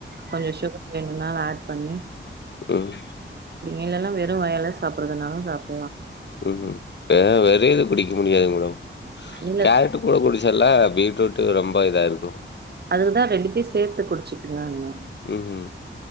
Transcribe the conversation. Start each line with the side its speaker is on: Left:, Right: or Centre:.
Right: கொஞ்சோ ஷுகர் வேணு கொந்நாள் ஆட் பண்ணி
Left: ஹ்ம்
Right: இல்ல எல்லா வெறும் வாயால சாப்பிட்றதுனாலும் சாப்
Left: உம் வே - வெறு இது குடிக்க முடியாது மேடம்
Right: இல்ல
Left: கேரட்டு கூட குடிச்சர்ல்லா பீட் ட்ரூட்டு ரொம்ப இதா இருக்கு
Right: அதுக்குதா ரெண்டுத்தையு சேத்து குடிச்சுக்கங்கன்னே
Left: ஹ்ம்